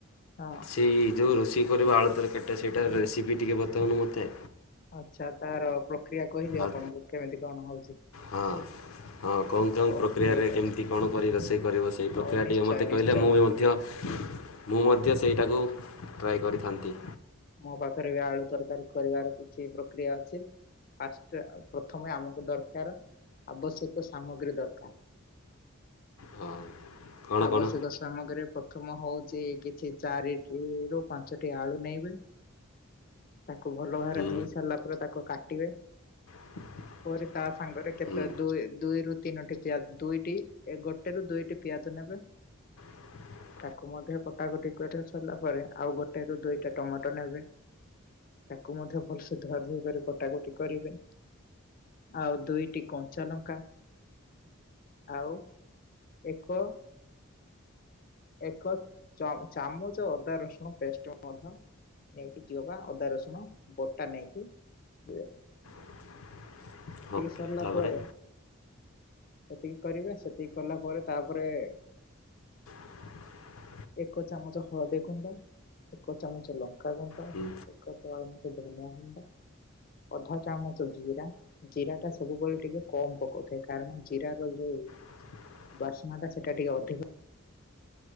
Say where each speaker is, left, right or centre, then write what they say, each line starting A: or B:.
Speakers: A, on the left; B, on the left.
A: ହଁ
B: ସେଇ ଯେଉଁ ରୋଷେଇ କରିବୁ ଆଳୁ ତରକାରି ଟା ସେଟା ରେସିପି ଟିକେ ବତଉନୁ ମୋତେ।
A: ଆଚ୍ଛା ତାର ପ୍ରକ୍ରିୟା କହିବି
B: ଆଉ
A: ଆପଣଙ୍କୁ କେମିତି କଣ ହଉଛି?
B: ହଁ ହଁ କଉଁ କେଉଁ
A: ହଉ
B: ପ୍ରକ୍ରିୟାରେ
A: ଠିକ
B: କେମିତି
A: ଅଛି।
B: କଣ କରି ରୋଷେଇ କରିବ, ସେଇ ପ୍ରକ୍ରିୟା
A: ହଉ ନିଶ୍ଚୟ
B: ଟିକେ ମୋତେ
A: ନିଶ୍ଚୟ
B: କହିଲେ, ମୁଁ ବି ମଧ୍ୟ ମୁଁ ମଧ୍ୟ ସେଇଟାକୁ ଟ୍ରାଏ କରିଥାନ୍ତି।
A: ମୋ ପାଖରେ ବି ଆଳୁ ତରକାରୀ କରିବାର କିଛି ପ୍ରକ୍ରିୟା ଅଛି। ଫାଷ୍ଟ ପ୍ରଥମେ ଆମକୁ ଦରକାର ଆବଶ୍ୟକ ସାମଗ୍ରୀ ଦରକାର।
B: ହଁ। କ'ଣ
A: ଆବଶ୍ୟକ
B: କ'ଣ
A: ସାମଗ୍ରୀ ପ୍ରଥମ ହଉ କିଛି କିଛି ଚାରିଟି ରୁ ପାଞ୍ଚଟି ଆଳୁ ନେଇବେ। ତାକୁ ଭଲ ଭାବରେ
B: ହୁଁ
A: ଧୋଇ ସାରିଲା ପରେ ତାକୁ କାଟିବେ।
B: <inaudible>
A: ପରେ ତା ସାଙ୍ଗରେ କେତେ
B: ହୁଁ
A: ଦୁଇ ଦୁଇ ଦୁଇରୁ ତିନୋଟି ପିଆଜ ଦୁଇଟି ଏ ଗୋଟେ ରୁ ଦୁଇଟି ପିଆଜ ନେବେ।
B: <inaudible>
A: ତାକୁ ମଧ୍ୟ କଟାକଟି କରି ସରିଲା ପରେ ଆଉ ଗୋଟେ ରୁ ଦୁଇଟା ଟମାଟୋ ନେବେ ତାକୁ ମଧ୍ୟ ଭଲସେ ଧୁଆ ଧୋଇ କରି କଟାକଟି କରିବେ। ଆଉ ଦୁଇଟି କଞ୍ଚା ଲଙ୍କା ଆଉ ଏକ ଏକ ଚ ଚାମୁଚ ଅଦା ରସୁଣ ପେଷ୍ଟ ମଧ୍ୟ ନେଇକି ଯିବ ବା ଅଦା ରସୁଣ ବଟା ନେଇକି ଯିବ।
B: <inaudible>
A: ସେତିକି
B: ଓକେ
A: ସରିଲା
B: ତାପରେ
A: ପରେ ସେତିକି କରିବେ ସେତିକି କଲା ପରେ ତାପରେ
B: <inaudible>
A: ଏକ ଚାମଚ ହଳଦୀ ଗୁଣ୍ଡ ଏକ ଚାମଚ ଲଙ୍କା ଗୁଣ୍ଡ,
B: ହୁଁ
A: ଏକ ଚାମୁଚ ଧନିଆ ଗୁଣ୍ଡ। ଅଧା ଚାମଚ ଜିରା, ଜିରା ଟା ସବୁବେଳେ ଟିକେ କମ ପକଉଥାଏ କାରଣ ଜିର ର ଯୋଉ
B: <inaudible>
A: ବାସ୍ନା ଟା ସେଟା ଟିକେ ଅଧିକ